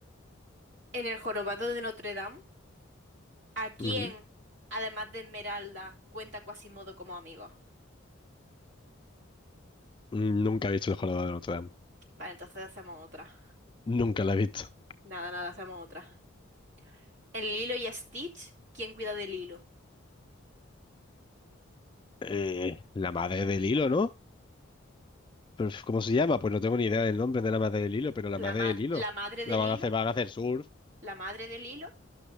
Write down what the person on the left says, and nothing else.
Ujú.
Mm, Nunca he visto el jorobado de Notre Dame.
Nunca la he visto.
Eh, la madre del hilo, ¿no? Pero, ¿cómo se llama? Pues no tengo ni idea del nombre de la madre del hilo, pero la
madre
del hilo.
La van
a hacer, van a hacer surf.